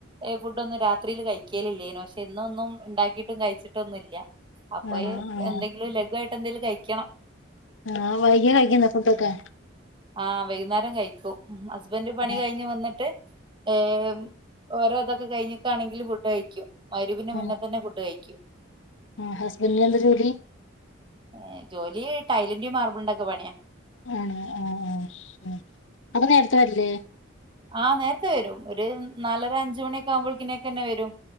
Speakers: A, on the right; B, on the left.
A: ഫുഡൊന്നും രാത്രില് കഴിക്കേലില്ലേനു പശ് ഇന്നൊന്നും ഇണ്ടാക്കിട്ടും കഴിച്ചിട്ടൊന്നുംല്ല അപ്പഴ്
B: ആണോ ആഹ്
A: എന്തെങ്കിലും ലഘുവായിട്ട് എന്തെങ്കിലും കഴിക്കണം.
B: ആഹ് വൈകിയ കഴിക്കുന്ന ഫുഡൊക്കെ
A: ആഹ് വൈകുന്നേരം കഴിക്കൂം ഉം ഹസ്ബൻഡറ് പണി
B: ആഹ്
A: കഴിഞ്ഞ് വന്നിട്ട് ഹേ ഓരോ ഇതൊക്കെ കഴിഞ് ണെങ്കിൽഫുഡഴിക്കും മഹ്റിബിന്റെ
B: ആഹ്
A: മുന്ന തന്നെ ഫുഡഴിക്കും.
B: ആഹ് ഹസ്ബൻ്റിന് എന്തജോലി.
A: ഏ ജോലി ടൈലിന്റിം മാർബിൾറ്റിം ഒക്കെ പണിയാ
B: ആഹ് ആഹ് ആഹ് അപ്പൊ നേർത്തെ വർല്ലേ.
A: ആഹ് നേർത്തെ വെരും ഒരു നാലര അഞ്ച് മണിയൊക്കെ ആകുമ്പോഴ് കി നേക്കന്നെ വെരും.